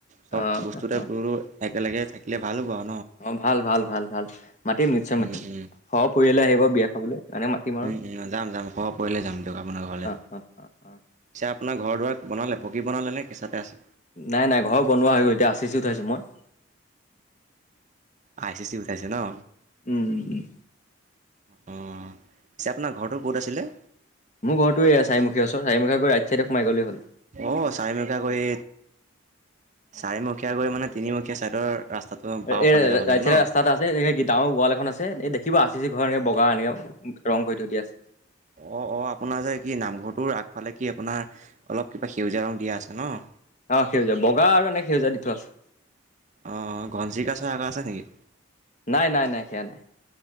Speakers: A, on the right; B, on the left.
A: চব
B: অ
A: বস্তুতে
B: অ
A: কোনো একেলগে থাকিলে ভাল পাওঁ।
B: অ ভাল ভাল ভাল ভাল মাতিম নিশ্চয়
A: উম
B: মাতিম
A: উম
B: সহ পৰিয়ালে আহিব বিয়া খাবলৈ মানে মাতিম। আৰু
A: উ যাম যাম সৰহ পৰিলে যাম দিয়ক আপোনাৰ ঘৰলৈ
B: অ অ অ অ
A: পিছে আপোনাৰ ঘৰ দুৱাৰ বনালে পকী বনালে নে কেঁচাতে আছে?
B: নাই নাই ঘৰ বনোৱা হৈ গল এতিয়া আচিচি উঠাইছো মই
A: আই চি চি উঠাইছে নহ।
B: উম উম উম।
A: পিছে আপোনাৰ ঘৰটোৰ ক'ত আছিলে
B: মোৰ ঘৰটো এয়া চাৰীমুখীয়া ওচৰত চাৰীমুখীয়া গই ৰাইট চাইডে সোমাই গলে হ'ল
A: অ চাৰিমুখীয়া কৰি চাৰিমুখীয়া কৰি মানে তিনিমুখীয়া চাইডৰ ৰাস্তাটো বাওঁফালে
B: এ ৰাইট
A: যাব লাগে
B: চাইডে
A: ন?
B: ৰাস্তা এটা আছে এহ গাঁওৰ গোৱাল এখন আছে এ দেখিব আচি‌ চি ঘৰ এনেকে বগা এনেকে ৰং কৰি থই দিয়া আছে।
A: অ', অ আপোনাৰ যে কি নামঘৰটোৰ আগফালে কি আপোনাৰ অলপ কিবা সেউজীয়া ৰং দিয়া আছে নহ
B: অ সেউজীয়া বগা আৰু সেউজীয়া দি থোৱা আছে।
A: অ ঘনচিৰিকা চৰাই আৰু আছে নেকি?
B: নাই নাই নাই সেয়া নাই।